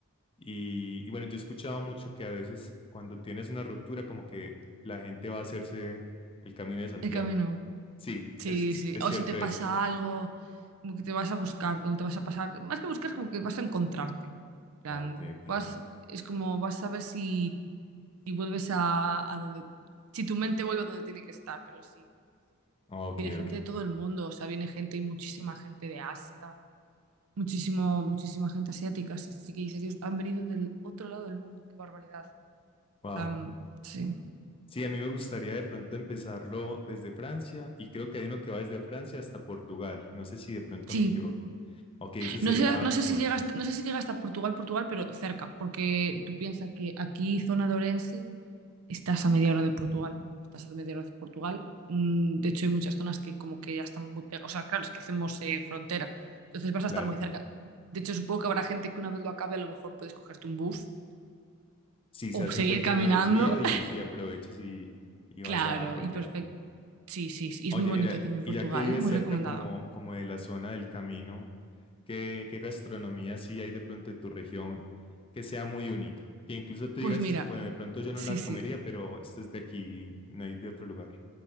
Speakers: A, on the left; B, on the right.
A: Y, y bueno, yo he escuchado mucho que a veces cuando tienes una ruptura, como que la gente va a hacerse el camino de Santiago.
B: El camino.
A: Sí,
B: Sí,
A: es, es
B: sí.
A: es
B: O
A: cierto
B: si te pasa
A: eso.
B: algo, como que te vas a buscar, como te vas a pasar, más que buscar, como que vas a encontrarte. En plan,
A: Ok, ok.
B: vas, es como vas a ver si y vuelves a, a donde, si tu mente vuelve a donde tiene que estar, pero sí.
A: Ok,
B: Viene gente
A: ok.
B: de todo el mundo, o sea, viene gente y muchísima gente de Asia, muchísimo, muchísima gente asiática, sí, sí que dices, "Dios, han venido del otro lado del mundo, qué barbaridad.
A: Wow.
B: O sea, mm, sí.
A: Sí, a mí me gustaría de pronto empezarlo desde Francia y creo que hay uno que va desde Francia hasta Portugal. No sé si de pronto
B: Sí.
A: me equivoco. Ok, ese
B: No
A: sería,
B: sé, no sé si
A: bueno,
B: llega hasta, no sé si llega hasta Portugal, Portugal, pero cerca, porque tú piensas que aquí, zona de Orense, Estás a media hora de Portugal. Estás a media hora de Portugal. Mm, De hecho, hay muchas zonas que como que ya están muy pegadas. O sea, claro, es que hacemos eh, frontera. Entonces vas
A: claro.
B: a estar muy cerca. De hecho, supongo que habrá gente que una vez lo acabe, a lo mejor puedes cogerte un bus
A: Sí,
B: o
A: se hace
B: seguir
A: un pequeño
B: caminando.
A: desvío y,
B: <laughs>
A: y aprovechas y, y
B: Claro,
A: vas a Portugal.
B: y perfecto. Sí, sí, sí. Y es
A: Oye,
B: muy bonito
A: mira,
B: también Portugal,
A: y ya que vives
B: ¿eh? Muy
A: cerca
B: recomendado.
A: como, como de la zona del camino, ¿qué, qué gastronomía sí hay de pronto en tu región que sea muy única? Que incluso tú
B: Pues
A: digas,
B: mira,
A: bueno, de pronto yo no
B: sí,
A: la
B: sí.
A: comería, pero esto es de aquí, no hay de otro lugar.